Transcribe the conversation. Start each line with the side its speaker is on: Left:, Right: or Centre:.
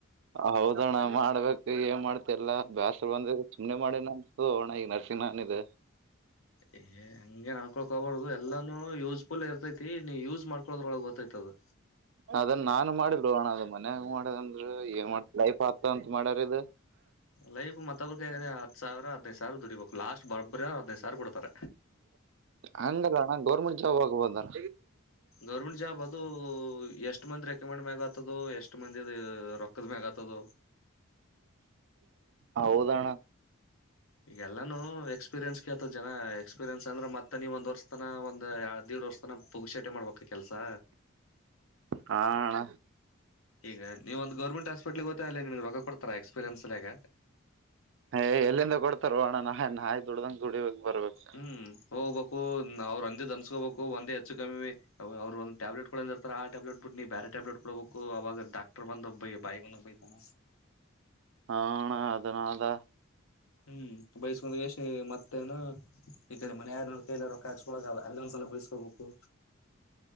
Right: ಹೌದಣ್ಣ ಮಾಡ್ಬೇಕು ಏನ್ ಮಾಡ್ತಿ ಎಲ್ಲಾ ಬ್ಯಾಸರ ಬಂದಿದ ಸುಮ್ನೆ ಮಾಡಿನ ಅಂತು ಅಣ್ಣ ಈಗ ನರ್ಸಿಂಗ್ ನನ್ಗೆ
Left: ಏ ಹಂಗೇನು ಅನ್ನಕೊಳಕೆ ಹೋಗಬಾರದು ಎಲ್ಲಾನೂ ಯೂಸ್ ಪುಲ್ ಇರ್ತೈತಿ ನೀ ಯೂಸ್ ಮಾಡ್ಕೊಳ್ಳೋರ ಒಳಗ ಹೋಗುತ್ತೆ ಅದು
Right: ಅದನ್ ನಾನ ಮಾಡಿಲ್ಲೋ ಅಣ್ಣ ಅದನ ಮನ್ಯಾಗ ಮಾಡದಂದ್ರರ ಏನ್ ಮಾಡ್ತ ಲೈಫ್ ಆತ ಅಂತ ಮಾಡ್ಯಾರ ಇದ.
Left: ಲೈಫ ಮತ್ತೊಬ್ರು ಕೈಯಾಗ ಹತ್ತು ಸಾವಿರ ಹದಿನೈ ಸಾವರ ದುಡಿಬೇಕು ಲಾಸ್ಟ್ ಬರೋಬರಿ ಹತ್ತು ಹದಿನೈದ ಸಾವಿರ ಕೊಡ್ತಾರ
Right: ಹಂಗಲ್ಲಣ ಗೌರ್ಮೆಂಟ್ ಜಾಬ್ ಆಗಬಹುದು ಅಲ
Left: ಗೌರ್ಮೆಂಟ್ ಜಾಬ್ ಅದು ಎಷ್ಟು ಮಂದಿ ರೆಕಮೆಂಡ್ ಮ್ಯಾಗ್ ಆಗುತ್ತದೋ ಎಷ್ಟ ಮಂದಿದ ರೋ ರೊಕ್ಕದ ಮ್ಯಾಗ ಆಗುತ್ತೋ
Right: ಹೌದ ಅಣ್ಣ
Left: ಈಗಲ್ಲಾನು ಎಕ್ಸ್ಪೀರಿಯನ್ಸ್ ಕೇಳ ಮತ ಜನ ಎಕ್ಸ್ಪೀರಿಯನ್ಸ್ ಅಂದ್ರೆತ್ತ ನೀವು ಒಂದ ವರ್ಷ ತನ ಒಂದ ದೀಡ ವರ್ಷ ತನ ಪುಗ ಶೇಟೆ ಮಾಡ್ಬೇಕು ಮ ಕೆಲಸಾ
Right: ಹ ಅಣ್ಣ
Left: ಈಗ ನೀವ್ ಒಂದು ಗೌರ್ಮೆಂಟ್ ಆಸ್ಪತ್ ಹಪಟ್ ಗತ್ತಾ ಅ ನಿಮಗೆ ರೋಗ ಕೊಡ್ತಾ ಎಕ್ಸ್ಪೀರಿಯನ್ಸ್ಲ್ಲಗ
Right: ಏಯ್ ಎಲ್ಲಿಂದ ಕೊಡ್ತಾರ ಓ ಅಣ್ಣ ನ ನಾಯ್ ದುಡ್ದಂಗ ದುಡಿಬೇಕ ಬರ್ಬೇಕು
Left: ಹ್ಮ್ ಹೋಗ್ಬೇಕು ಅವ್ರ ಅಂದಿದನ್ಸ್ಕೋಬೇಕು ಒಂದೇ ಹೆಚ್ಚು ಕಮ್ಮಿ ಅವರು ಒಂದ ಟ್ಯಾಬ್ಲೆಟ್ ಇರ್ತಾರ ಆ ಟ್ಯಾಬ್ಲೆಟ್ ಬಿಟ್ಟ ನೀ ಬೇರೆ ಟ್ಯಾಬ್ಲೆಟ್ ಕೊಡಬೇಕು ಅವಾಗ ಡಾಕ್ಟರ್ ಬಂದ ಬಾಯ ಬೈತಾನ
Right: ಹ ಅಣ್ಣ ಅದನದಾ
Left: ಹ್ಮ್ ಬಯಸ್ಕೊಂಡ ಗೆಸಿ ಮತ್ತೇನು ಈ ಕಡೆ ಮನ ನೋ ಕೈ ರೊಕ್ಕ ಹಾಕ್ಸ್ಕೊಳ ಅಲ್ಲೊಂದ ಕಲ್ಲ ಬಯಸ್ಕೋಬೇಕು